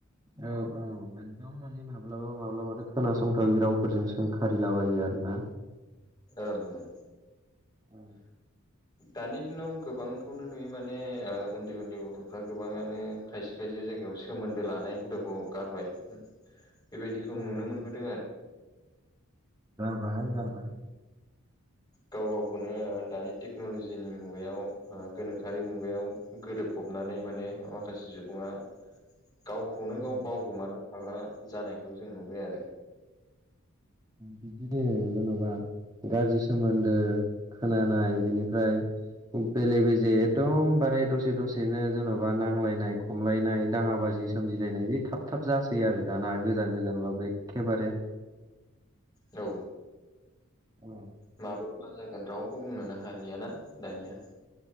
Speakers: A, on the right; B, on the left.
A: औ औ एकदम माने माब्लाबा माब्लाबाथ'। खोनासंथावै रावफोरजों सोंखारिलाबायो आरोना
B: ओं ओं।
A: औ।
B: दानि दिनाव गोबांखौनो नुयो माने ओ उनदै उनदै गथ'फ्रा गोबाङानो खायसे खायसे जाय गायाव सोमोनदो लानाय हुदाखौ गारबाय बेबायदिखौ नुनो
A: उम उम
B: मोनबोदों आरो।
A: बाय गारबाय।
B: गाव गावखौनो दानि टेक्न'लजिनि मुगायाव ओ गोनांथि रि <unintelligible> मुगायाव
A: उम
B: गोदोबफबनानै माने
A: उम
B: माखासे सुबुङा। गावखौनो
A: उम
B: गाव बावगोमानो थाग्रा जानायखौ जों नुबाय आरो
A: बिदिनो जेन'बा गाज्रि सोमोनदो खोनानाय बेनिफ्राय बेले बेजे एकदम बारे दसे दसेनो जेन'बा नांलायनाय खमलायनाय दाङाबाजि जि सोमजिलायनाय बे थाब थाब जासै आरो दाना गोजान गोजानबाबो एखेबारे
B: औ
A: औ
B: माब्ला मा जागोन रावबो बुंनोनो हालियाना दानिया